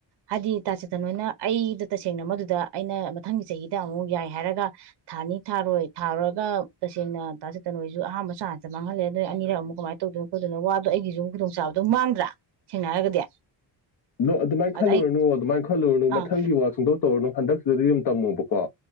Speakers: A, on the right; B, on the left.
A: ꯍꯥꯏꯗꯤ ꯇꯥ ꯆꯦꯠꯇꯟ ꯅꯣꯏꯅ ꯑꯩꯗ ꯇꯁꯦꯡꯅ ꯃꯗꯨꯗ ꯑꯩꯅ ꯃꯊꯪꯒꯤ ꯆꯍꯤꯗ ꯑꯃꯨꯛ ꯌꯥꯏ ꯍꯥꯏꯔꯒ ꯊꯥꯅꯤ ꯊꯥꯔꯣꯏ ꯊꯥꯔꯨꯔꯒ ꯇꯁꯦꯡꯅ ꯇꯥꯆꯦꯠꯇꯟ ꯍꯣꯏꯁꯨ ꯑꯍꯥꯟꯕ ꯆꯥꯟꯁꯇ ꯃꯥꯡꯍꯜꯂꯦ ꯅꯣꯢ ꯑꯅꯤꯔꯛ ꯑꯃꯨꯛ ꯀꯃꯥꯏꯅ ꯇꯧꯗꯅꯣ ꯈꯣꯠꯇꯅꯣ ꯋꯥꯗꯣ ꯑꯩꯒꯤꯁꯨ ꯈꯨꯗꯣꯡꯆꯥꯥꯕꯗꯣ ꯃꯥꯡꯗ꯭ꯔꯥ ꯁꯦꯡꯅ ꯍꯥꯏꯔꯒꯗꯤ
B: ꯑꯗꯣ ꯑꯗꯨꯃꯥꯏ ꯈꯜꯂꯨꯔꯅꯨ
A: ꯑꯗ ꯑꯩ
B: ꯑꯗꯨꯃꯥꯏꯅ ꯈꯜꯂꯨꯅꯨ ꯃꯊꯪꯒꯤ
A: ꯑꯥ
B: ꯋꯥ ꯁꯨꯡꯇꯧ ꯇꯧꯔꯨꯔꯅꯨ ꯍꯗꯛꯁꯤꯗꯗꯤ ꯌꯨꯝ ꯇꯝꯃꯣꯕꯀꯣ